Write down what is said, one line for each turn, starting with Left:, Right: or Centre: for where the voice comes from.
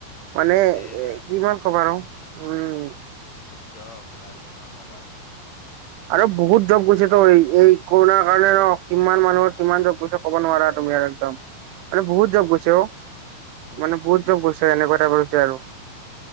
Right: মানে
Left: তে
Right: এ
Left: যাৰ
Right: কিমান কম আৰু উম
Left: চব তাৰ কাৰণে ভাবা চোন
Right: আৰু বহুত জব গৈছে তো এই এই কৰোণাৰ কাৰণে ন কিমান মানুহৰ কিমান জব গৈছে ক'ব নোৱাৰা তুমি আৰু একদম মানে বহুত জব গৈছে অ মানে
Left: সেইটোয়েতো
Right: বহুত জব গৈছে এনেকুৱা তাইপ হৈছে আৰু